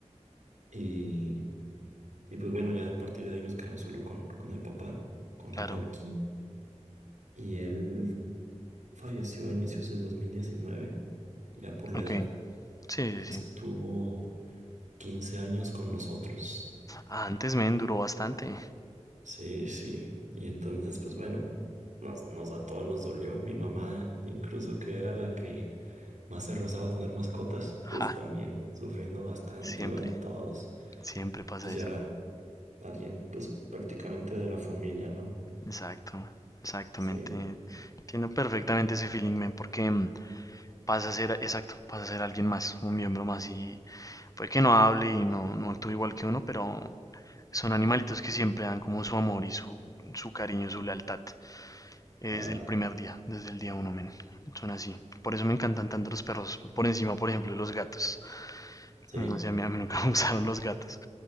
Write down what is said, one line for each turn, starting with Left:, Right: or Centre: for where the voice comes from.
Right: Y, y pues bueno, ya a partir de ahí nos quedamos solo con, con el papá, con
Left: Claro,
Right: Loki. Y él falleció a inicios del 2019, ya por
Left: ok,
Right: la edad.
Left: sí, sí,
Right: O sea,
Left: sí.
Right: estuvo 15 años con nosotros.
Left: Ah, Antes men duró bastante.
Right: Sí, sí. Y entonces, pues bueno, nos, nos a todos nos dolió. Mi mamá, incluso que era la que más se rozaba a tener mascotas, pues
Left: Ja,
Right: también sufriendo bastante.
Left: siempre,
Right: Y bueno, todos,
Left: siempre pasa
Right: pues ya
Left: eso.
Right: era alguien, pues prácticamente de la familia, ¿no?
Left: Exacto, exactamente.
Right: Sí,
Left: Entiendo perfectamente ese feeling, men, porque mm, pasa a ser, exacto, pasa a ser alguien más, un miembro más y puede que no hable y no, no actúe igual que uno, pero son animalitos que siempre dan como su amor y su, su cariño, su lealtad, eh,
Right: claro.
Left: desde el primer día, desde el día uno, men. Son así. Por eso me encantan tanto los perros, por encima, por ejemplo, de los gatos.
Right: Sí,
Left: Mm, No sé, a mí, a mí nunca <laughs> me gustaron los gatos.